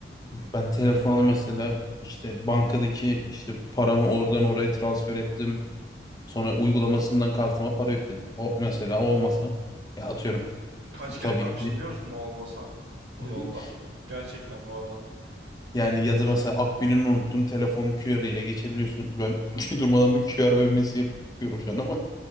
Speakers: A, on the left; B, on the right.
A: ben telefonu mesela işte bankadaki işte paramı oradan oraya transfer ettim. Sonra uygulamasından kartıma para yükledim. O mesela o olmasa ya atıyorum
B: Kaç kere
A: tabii
B: kalmıştım biliyor musun o olmasa? O
A: <laughs>
B: yolda. Gerçekten bu arada. <laughs>
A: Yani ya da mesela Akbil'ini unuttun telefonu QR ile geçebiliyorsun. Ben <laughs> durmadan bir QR övmesi yapıyorum şu an ama.